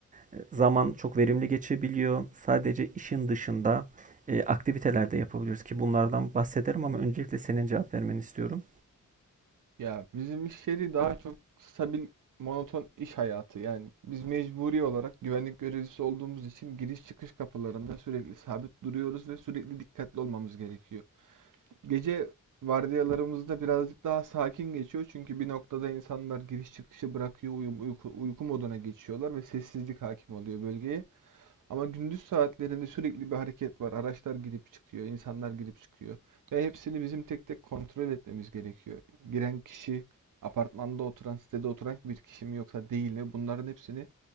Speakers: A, on the right (about 25°); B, on the right (about 75°).
A: E, zaman çok verimli geçebiliyor. Sadece işin dışında eee, aktiviteler de yapabiliyoruz ki bunlardan bahsederim ama öncelikle senin cevap vermeni istiyorum.
B: Ya bizim iş yeri daha çok stabil, monoton iş hayatı. Yani biz mecburi olarak güvenlik görevlisi olduğumuz için giriş çıkış kapılarında sürekli sabit duruyoruz ve sürekli dikkatli olmamız gerekiyor. Gece vardiyalarımızda birazcık daha sakin geçiyor çünkü bir noktada insanlar giriş çıkışı bırakıyor, uyum, uyku, uyku moduna geçiyorlar ve sessizlik hakim oluyor bölgeye. Ama gündüz saatlerinde sürekli bir hareket var. Araçlar girip çıkıyor, insanlar girip çıkıyor. Ve hepsini bizim tek tek kontrol etmemiz gerekiyor. Giren kişi, apartmanda oturan, sitede oturan bir kişi mi yoksa değil mi? Bunların hepsini